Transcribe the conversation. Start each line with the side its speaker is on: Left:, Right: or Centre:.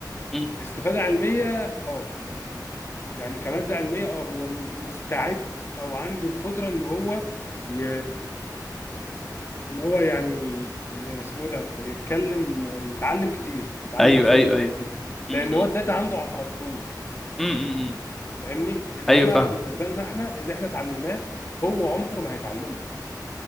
Centre: مم.
Left: استفاده علميه اه يعني كماده علميه اه هو م- مستعد او عنده القدره ان هو ي... ان هو يعني ي... اسمه ده يتكلم يتعلم كتير يتعلم
Centre: ايوه
Left: احسن
Centre: ايوه
Left: مننا
Centre: ايوه
Left: كتير
Centre: مم،
Left: لان
Centre: مم.
Left: هو الداتا عنده على طول
Centre: مم، مم، مم.
Left: فاهمني انما
Centre: ايوه فاهمك
Left: بالنسبه لنا احنا اللي احنا اتعلمناه هو عمره ما هيتعلمه